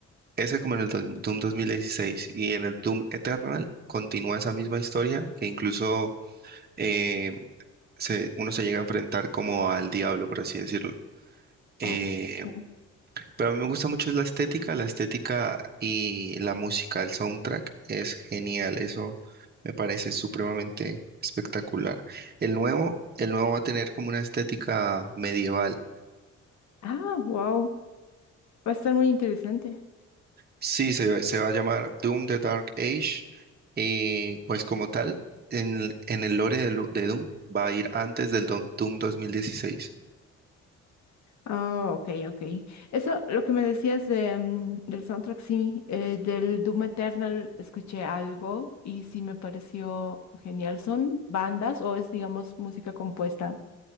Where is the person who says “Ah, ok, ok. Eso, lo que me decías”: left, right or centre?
Left